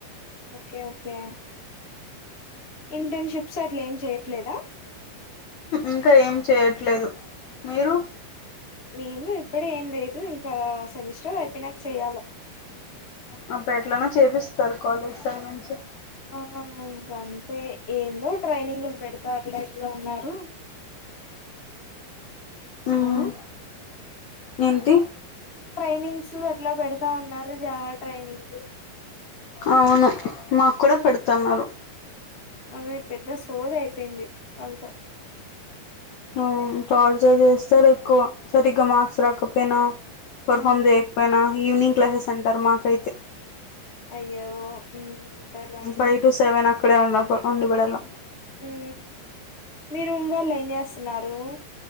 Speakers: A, on the left (about 25°); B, on the left (about 65°).
A: ఓకే ఓకే ఇంటర్నెషిప్స్ అట్లా ఏం చేయట్లేదా
B: ఇంకా ఏం చేయట్లేదు మీరు
A: మేము ఇప్పుడ ఏం లేదు ఇంకా సెమిస్టర్ అయిపోయి నాక చేయాల
B: మా బ ఎట్లనా చేపిస్తారు కాలేజ్ సైడ్ నుంచి
A: ఆ ఇంకా అంతే ఏందో ట్రైనింగ్ పలు పెడత అట్లా ఎట్లా ఉన్నారు
B: ఉమ్
A: ఆ
B: ఏంటి
A: ట్రైనింగ్స్ అట్లా పెడతా ఉన్నారు జావా ట్రైనింగ్
B: అవును మాకు కూడా పెడుతున్నారు
A: అదే పెద్ద సోది అయిపోయింది వాళ్ళతో
B: అ టార్చర్ చేస్తారు ఎక్కువ సరిగ్గా మార్క్స్ రాకపోయినా పర్ఫార్మ్
A: ఆ
B: చేయకపోయినా ఈవినింగ్ క్లాసెస్ అంటారు మాకైతే
A: అయ్యో సర్లే
B: ఫైవ్ టటు సెవెన్ ఇక్కడే ఉన్న ఉండి పడాలలా
A: ఉ మీ రూమ్ వాళ్ళు ఏం చేస్తున్నారు